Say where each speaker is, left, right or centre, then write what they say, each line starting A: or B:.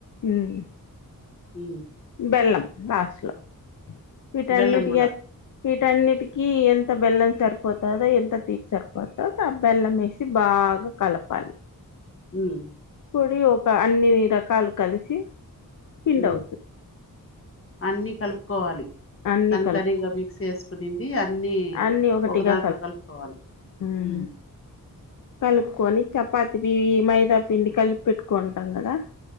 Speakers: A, on the left; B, on the left.
A: ఉమ్ హు
B: ఉ
A: హ్మ్ బెల్లం లాస్ట్ ఇట్ల వీటన్నింటికి
B: బెల్లం కూడా
A: ఎ వీటన్నిటికీ ఎంత బెల్లం సరిపోతుందో ఎంత తీపి సరిపోతుందో ఆ బెల్లం వేసి బాగా కలపాలి
B: హుమ్
A: పొడి ఒక అన్నిరీ రకాలు కలిసి పిండవుతు
B: ఉమ్ అన్ని కలుపుకోవాలి
A: అన్ని
B: తని
A: కలుపు
B: తనిగా మిక్స్ చేస్ కొది వీ అన్ని
A: అన్ని ఒకటిగా
B: ఒక దాంట్లో కలుపుకోవాలి
A: ఉమ్
B: హ్మ్
A: కలుపుకొని చపాత థీ మైదా పిండి కలిపి పెట్టుకుంటాం కదా